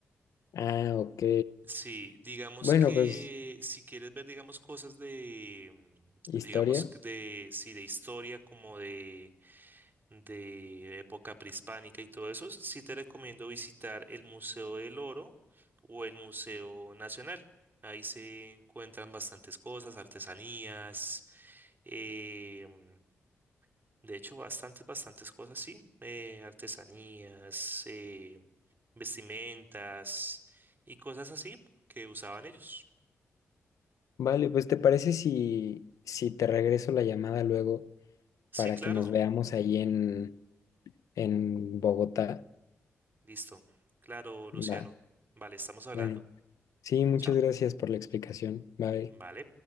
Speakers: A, on the left; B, on the right.
A: Ah, ok.
B: Sí, digamos
A: Bueno,
B: que
A: pues
B: si quieres ver, digamos, cosas de,
A: historia.
B: mm, digamos, que de, sí, de historia, como de de época prehispánica y todo eso, sí te recomiendo visitar el Museo del Oro o el Museo Nacional. Ahí se encuentran bastantes cosas, artesanías, em, de hecho bastantes, bastantes cosas, sí, eh, artesanías, eh, vestimentas y cosas así que usaban ellos.
A: Vale, pues ¿te parece si, si te regreso la llamada luego?
B: Sí,
A: para
B: claro,
A: que nos veamos ahí en, en Bogotá.
B: listo, claro, Luciano.
A: Va,
B: Vale, estamos hablando.
A: bueno, sí, muchas
B: Chao.
A: gracias por la explicación. Bye.
B: Vale.